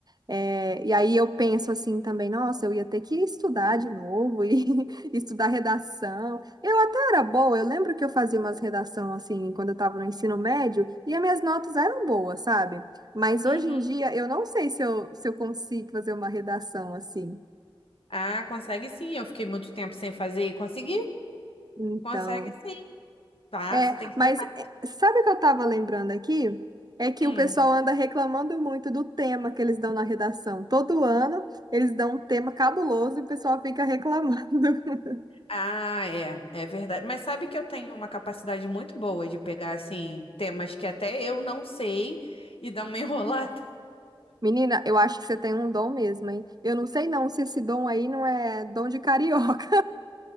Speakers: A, on the right; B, on the left.
A: É, e aí eu penso assim também, nossa, eu ia ter que estudar de novo e <laughs> estudar redação. Eu até era boa, eu lembro que eu fazia umas redação assim, quando eu estava no ensino médio, e as minhas notas eram boas, sabe? Mas
B: Uhum.
A: hoje em dia, eu não sei se eu, se eu consigo fazer uma redação assim.
B: Ah, consegue sim, eu fiquei muito tempo sem fazer e consegui?
A: Então,
B: Consegue sim, tá?
A: É,
B: Você tem que
A: mas
B: tentar.
A: é, sabe o que eu estava lembrando aqui? É que
B: Hum.
A: o pessoal anda reclamando muito do tema que eles dão na redação. Todo ano eles dão um tema cabuloso e o pessoal fica reclamando. <laughs>
B: Ah, é, é verdade. Mas sabe que eu tenho uma capacidade muito boa de pegar, assim, temas que até eu não sei e dar uma <laughs> enrolada.
A: Menina, eu acho que você tem um dom mesmo, hein? Eu não sei não se esse dom aí não é dom de carioca,